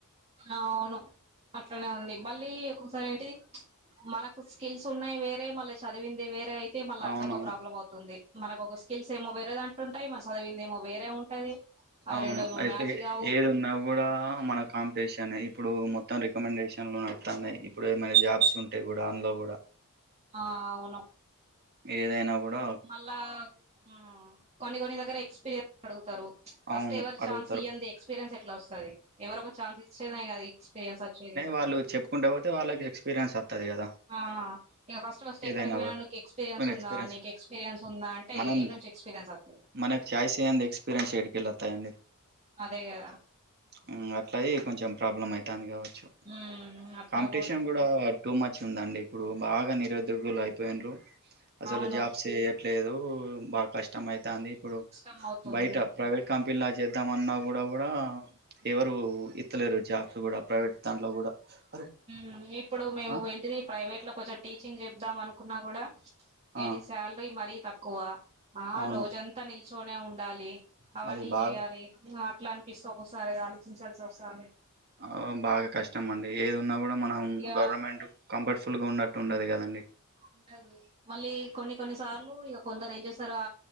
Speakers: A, on the right; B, on the right.
A: అవును అట్లనే ఉంది మళ్ళీ ఒక్కొక్కసారి ఏంటిది మనకు స్కిల్స్ ఉన్నాయి వేరే మళ్ళీ చదివింది వేరే అయితే మళ్ళా
B: అవునవును
A: అట్లా ఒక ప్రాబ్లం అవుతుంది మనకు ఒక స్కిల్స్ ఏమో వేరే దాంట్లో ఉంటాయి మన సదివింది ఏమో వేరే ఉంటది అవి
B: అవును
A: రెండు ఏమో
B: అయితే
A: మ్యాచ్ కావు
B: ఏది ఉన్నా కూడా మన కాంపిటీషనే ఇప్పుడు మొత్తం రికమండేషన్లు నడుతన్నాయి ఇప్పుడు ఏమైనా జాబ్స్ ఉంటే కూడా అందులో కూడా
A: ఆ అవును
B: ఏదైనా గూడా
A: మళ్ళా ఉమ్ కొన్ని కొన్ని దగ్గర ఎక్స్పీరియన్స్ అడుగుతారు ఫస్ట్
B: అవును
A: ఎవరు
B: అడుగుతారు
A: ఛాన్స్ ఇయ్యందే ఎక్స్పీరియన్స్ ఎట్లా వస్తాది ఎవరో ఒక ఛన్స్ ఇస్తేనే కదా ఎక్స్పీరియన్స్ వచ్చేది
B: వాళ్లు చె కుంటా పోతే వాళ్లకి ఎక్స్పీరియన్స్ వత్తది కదా
A: ఆ ఇగ ఫస్ట్ ఫస్ట్ ఎక్కడికి
B: ఏదైనా
A: పోయిన
B: కూడా
A: నీకు ఎక్స్పీరియన్
B: మన
A: ఉందా
B: ఎక్స్పీరియన్స్
A: నీకు ఎక్పీరియన్స్ ఉందా అంటే
B: మనం
A: ఏయినుంచి ఎక్స్పీరియన్స్ వత్తది
B: మనకు ఛాయిస్ ఇయ్యందే ఎక్స్పీరియన్స్ ఏడికేళ్లి వత్తయండి
A: అదే కదా
B: ఉమ్మ్ అట్లాయి కొంచెం ప్రాబ్లం అయితంది కావచ్చు
A: ఉమ్ అట్లా
B: కాంపిటీషన్ కూడా టూ మచ్ ఉందండి ఇప్పుడు బాగా నిరుద్యోగులు అయిపోయిండ్రు అసలు
A: అవును
B: జాబ్సే ట్లేదు బాగా కష్టం అయితంది ఇప్పుడు
A: కష్టం అవుతుంది
B: బయట ప్రైవేట్ కంపెనీలా చేద్దామన్నా కూడా కూడా ఎవరు ఇత్తలేరు జాబ్స్ కూడా ప్రైవేట్ దాంట్లో కూడా అరే
A: ఉమ్మ్ ఇప్పుడు మేము
B: ఆ
A: ఏంటిది ప్రైవేట్‌లో కొంచెం టీచింగ్ చెప్దాం అనుకున్నా కూడా ఏంటి
B: ఆ
A: సాలరి మరీ తక్కువ ఆ
B: అవును
A: రోజంతా నిల్చొనే ఉండాలి అవన్నీ
B: అది బాగా
A: చేయాలి ఇంగ అట్లా అనిపిస్తే ఒక్కోసారి ఆలోచించాల్సి వస్తాంది
B: ఆ బాగా కష్టం అండి ఏది ఉన్న కూడా మనం
A: ఇగ
B: గవర్నమెంట్ కంఫర్ట్ఫూల్‌గా ఉన్న ట్టు ఉండదు కదండి
A: ఉంటది మళ్ళీ కొన్ని కొన్ని సార్లు ఇగ కొందరు ఏం చేస్తారా